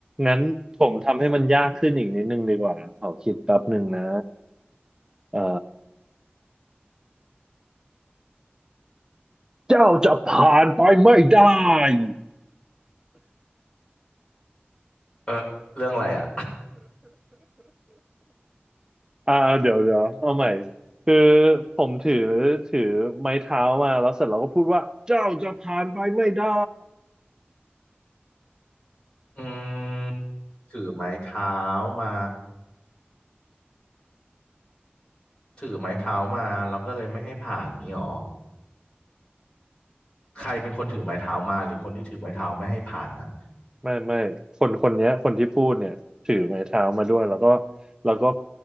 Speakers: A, on the right; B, on the left.
A: งั้นผมทำให้มันยากขึ้นอีกนิดนึงดีกว่าขอคิดแป๊บหนึ่งนะเอ่อเจ้าจะผ่านไปไม่ได้ <laughs>
B: เออเรื่องอะไรอ่ะ
A: อ่าเดี๋ยวเดี๋ยวเอาใหม่คือผมถือถือไม้เท้ามาแล้วเสร็จเราก็พูดว่าเจ้าจะผ่านไปไม่ได้
B: อืมถือไม้เท้ามา ถือไม้เท้ามาแล้วก็เลยไม่ให้ผ่านนี้หรอใครเป็นคนถือไม้เท้ามาหรือคนที่ถือไม้เท้าไม่ให้ผ่านนะ
A: ไม่ไม่คนคนเนี้ยคนที่พูดเนี่ยถือไม้เท้ามาด้วยแล้วก็แล้วก็